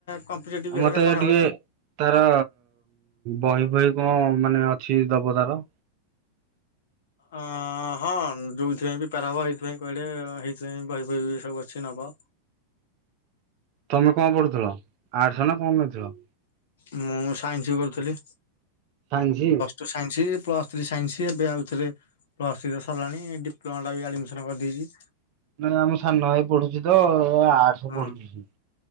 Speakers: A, on the left; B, on the right.
A: କମ୍ପିଟେଟିଭ୍ ହେରିକା
B: ମତେ
A: କରାହେଉଛି।
B: ଟିକେ ତାର ବହି ଫହି କଣ ମାନେ ଅଛି ଦବ ତାର
A: ଅ ହଁ ଯୋଉଥିପାଇଁ ବି ପି ପାର ହବ ହେଇଥିପାଇଁ କହିଲେ ହେଇଥିପାଇଁ ବହି ଫହି ସବୁ ଅଛି ନବ।
B: ତମେ କଣ ପଡୁଥିଲ ଆର୍ଟ୍ସ ନା କଣ ନେଇଥିଲ।
A: ମୁଁ ସାଇନ୍ସି କରୁଥିଲି।
B: ସାଇନ୍ସି।
A: ତୁ ସାଇନ୍ସି ପ୍ଲସ ଥ୍ରୀ ସାଇନ୍ସି ଏବେ ଆଉଥରେ ପ୍ଲସ ଥ୍ରି ସରିଲାଣି ଡିପ୍ଲୋମା ଟା ବି ଆଡମିସନ କରିଦେଇଛି।
B: ନାଇଁ ଆମ ସାନ ଭାଇ ପଢୁଛି ତ ଏ ଆର୍ଟ୍ସ
A: ହଁ
B: ପଢୁଛି।